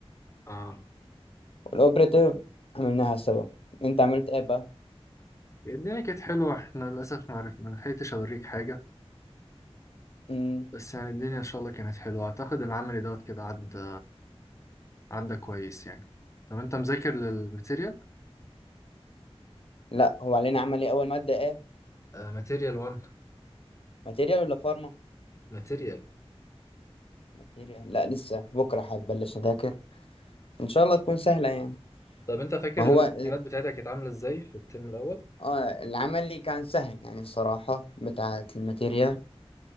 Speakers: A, on the left; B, on the left.
A: اه
B: والاوبريتيف عملناها سوا انت عملت ايه بقى
A: الدنيا كانت حلوة احنا للأسف ما عرفنا ما لحقتش أوريك حاجة
B: امم
A: بس يعني الدنيا ان شاء الله كانت حلوه اعتقد العملي دوت كده عدى عدى كويس يعني طب انت مذاكر للماتيريال
B: لا هو علينا عملي اول مادة ايه
A: آه، ماتيريال 1
B: ماتيريال ولا فارما
A: ماتيريال
B: ماتيريال لا لسه بكرة هبلش اذاكر ان شاء الله تكون سهلة يعني
A: طب انت فاكر
B: ما هو
A: الامتحانات
B: ال-
A: بتاعتك كانت عامله ازاي في الترم الاول
B: آه، العملي كان سهل يعني الصراحة بتاعة الماتيريال